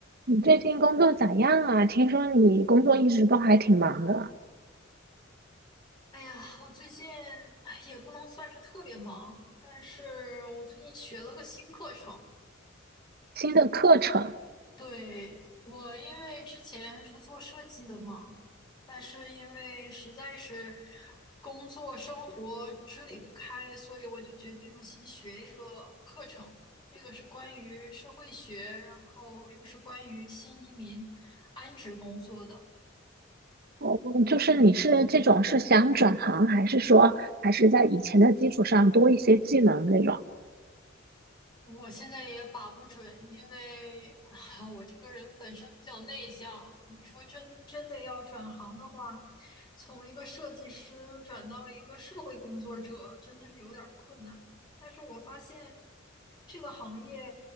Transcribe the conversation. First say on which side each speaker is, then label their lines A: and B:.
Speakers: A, on the right; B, on the left.
A: 你最近工作咋样啊？听说你工作一直都还挺忙的。
B: 哎呀，我最近哎也不能算是特别忙，但是我最近学了个新课程。
A: 新的课程，
B: 对，我因为之前是做设计的嘛，但是因为实在是工作生活支离不开，所以我就决定新学一个课程。这个是关于社会学，然后又是关于新移民安置工作的。
A: 哦，就是你是这种是想转行，还是说还是在以前的基础上多一些技能这种？
B: 我现在也把不准，因为啊，我这个人本身比较内向。你说真真的要转行的话，从一个设计师转到一个社会工作者，真的是有点儿困难。但是我发现这个行业，